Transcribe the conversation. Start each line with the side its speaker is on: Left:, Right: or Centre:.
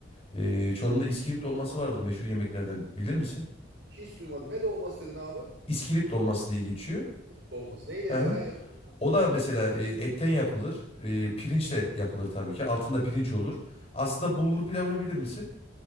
Left: E, Çorum'da iskilip dolması vardır meşhur yemeklerden. Bilir misin?
Right: Hiç duymadım. Ne dolması dedin abi?
Left: İskilip dolması diye geçiyor.
Right: Dolması. Neyle
Left: Hı hı.
Right: neden yapılıyor?
Left: O da mesela e, etten yapılır. E, pirinçle yapılır tabii ki. Altında pirinç olur. Aslında bulgur pilavını bilir misin?